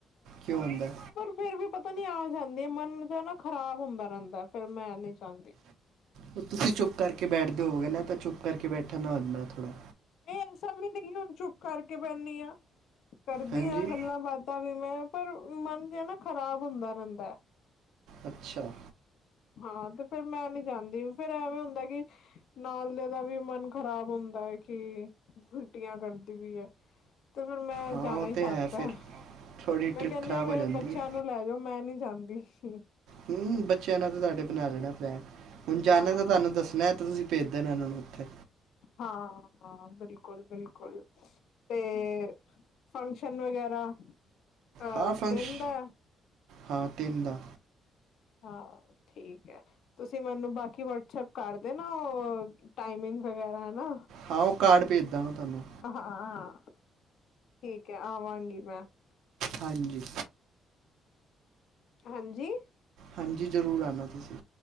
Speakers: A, on the right (about 80°); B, on the left (about 75°).
A: ਕਿਉਂ ਹੁੰਦੈ?
B: ਫਿਰ ਵੀ ਪਤਾ ਨੀ ਆ ਜਾਂਦੀ। ਮਨ ਜੋ ਨਾ ਖ਼ਰਾਬ ਹੁੰਦਾ ਰੈਂਦਾ। ਫਿਰ ਮੈਂ ਨੀ ਚਾਂਦੀ।
A: ਹੁਣ, ਤੁਸੀਂ ਚੁੱਪ ਕਰਕੇ ਬੈਠਦੇ ਹੋਵੋਗੇ ਨਾ, ਤਾਂ ਚੁੱਪ ਕਰਕੇ ਬੈਠ ਨ ਨਾਲ ਹੁੰਦੈ ਥੋੜ੍ਹਾ।
B: ਨੀ ਐਸਾ ਵੀ ਨੀ। ਹੁਣ ਚੁੱਪ ਕਰਕੇ ਬੈਨੀਂ ਆ, ਕਰਦੀ
A: ਹਾਂਜੀ
B: ਆ ਗੱਲਾਂ ਬਾਤ। ਤਾਂ ਵੀ ਮੈਂ ਪਰ, ਮਨ ਜਿਹਾ ਨਾ ਖ਼ਰਾਬ ਹੁੰਦਾ ਰੈਂਦੈਂ।
A: ਅੱਛਾ।
B: ਹਾਂ, ਤੇ ਫੇਰ ਮੈਂ ਨੀ ਜਾਂਦੀ। ਫੇਰ ਐਵੇਂ ਹੁੰਦਾ ਕਿ ਨਾਲ ਦੇ ਦਾ ਵੀ ਮਨ ਖ਼ਰਾਬ ਹੁੰਦਾ ਏ, ਕਿ ਉਲਟੀਆਂ ਕਰਦੀ ਪਈ ਐ। ਤੇ ਫਿਰ ਮੈਂ
A: ਹਾਂ
B: ਜਾਨਾ
A: ਉਹ
B: ਈ
A: ਤੇ
B: ਛੱਡਤਾ।
A: ਹੈ ਫਿਰ ਥੋੜੀ
B: ਮੈਂ
A: ਟ੍ਰਿਪ
B: ਕੈਨੀ
A: ਖਰਾਬ
B: ਆ ਕਿ ਮੇਰੇ
A: ਹੋ ਜਾਂਦੀ
B: ਬੱਚਿਆਂ
A: ਹੈ
B: ਨੂੰ ਲੈ ਜਓ ਮੈਂ ਨੀ ਜਾਂਦੀ ਸ਼ੂ
A: ਹੂੰ, ਬੱਚਿਆਂ ਨਾਲ ਤਾਂ ਤੁਹਾਡੇ ਬਣਾ ਦੇਣੈ ਪਲੈਨ, ਹੁਣ ਜਾਨਾ
B: ਹਾਂ
A: ਤੇ ਤੁਹਾਨੂੰ ਦੱਸਣੈ। ਤੁਸੀਂ ਭੇਜ ਦੇਨਾ ਇੰਨ੍ਹਾ ਨੂੰ ਉੱਥੇ।
B: ਹਾਂ ਹਾਂ, ਬਿਲਕੁਲ- ਬਿਲਕੁਲ। 'ਤੇ ਫੰਕਸ਼ਨ ਵਗੈਰਾ ਅ
A: ਹਾਂ, ਫੰਕਸ਼
B: ਦਿਨ ਦਾ
A: ਹਾਂ ਤਿੰਨ ਦਾ।
B: ਹਾਂ, ਠੀਕ ਐ। ਤੁਸੀਂ ਮੈਨੂੰ ਬਾਕੀ ਵਟਸਐਪ ਕਰ ਦੇਨਾ, ਉਹ ਟਾਈਮਿੰਗ ਵਗੈਰਾ ਹਨਾ।
A: ਹਾਂ, ਉਹ ਕਾਰਡ ਭੇਜਦਾਂਗਾ ਤੁਹਾਨੂੰ।
B: ਅ ਹਾਂ ਹਾਂ, ਠੀਕ ਐ ਆਵਾਂਗੀ ਮੈਂ।
A: ਹਾਂਜੀ।
B: ਹਾਂ, ਜੀ।
A: ਹਾਂਜੀ, ਜ਼ਰੂਰ ਆਨਾ ਤੁਸੀਂ।